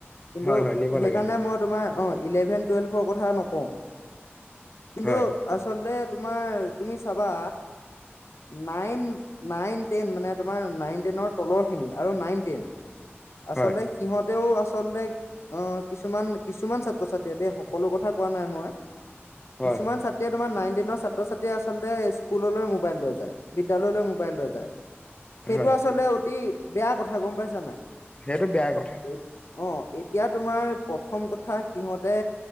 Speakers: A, on the left; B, on the left.
A: কিন্তু
B: হয় হয় নিব
A: সেইকাৰণে
B: লাগে নিব
A: মই তোমাৰ অঁ, ইলেভেন-টুৱেলভৰ কথা নকওঁ, কিন্তু
B: হয়
A: আচলতে তোমাৰ, তুমি চাবা নাইন, নাইন-টেন, মানে তোমাৰ নাইন টেনৰ তলৰখিনি আৰু নাইন-টেন, আচলতে
B: হয়
A: সিহঁতেও আচলতে অ, কিছুমান-কিছুমান ছাত্ৰ-ছাত্ৰীয়ে দেই, সকলো কথা কোৱা নাই মই। কিছুমান
B: হয় হয়
A: ছাত্ৰীয়ে তোমাৰ নাইন-টেনৰ ছাত্ৰ-ছাত্ৰীয়ে আচলতে স্কুললৈ মোবাইল লৈ যায়। বিদ্যালয়লৈ মোবাইল লৈ যায়। সেইটো
B: হম।
A: আচলতে অতি বেয়া কথা, গম পাইছা নাই!
B: সেইটো বেয়া কথা।
A: অ, এতিয়া তোমাৰ প্ৰথম কথা সিহঁতে